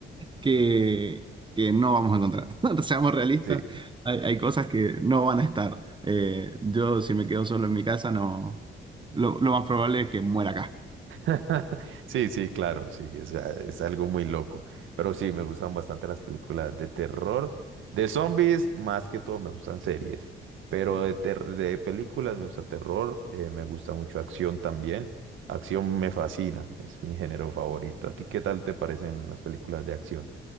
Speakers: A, on the right; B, on the right.
A: que, que no vamos a encontrar. <laughs> Seamos realistas,
B: sí.
A: hay, hay cosas que no van a estar. Eh, yo si me quedo solo en mi casa, no, lo, lo más probable es que muera acá.
B: <laughs> Sí, sí, claro, sí, o sea, es algo muy loco. Pero sí, me gustan bastante las películas de terror. De zombies, más que todo, me gustan series. Pero de, ter- de películas me gusta terror, eh, me gusta mucho acción también. Acción me fascina, es mi género favorito. ¿A ti qué tal te parecen las películas de acción?